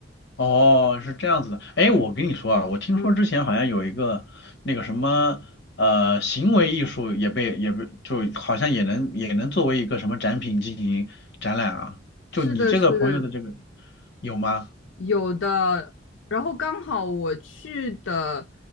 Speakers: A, on the left; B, on the left.
A: 哦，是这样子的。哎，我跟你说啊，我听说之前好像有一个那个什么呃行为艺术也被也被就好像也能也能作为一个什么展品进行展览啊。
B: 嗯，是的，
A: 就你这个朋友的这个
B: 是的，
A: 有吗？
B: 有的，然后刚好我去的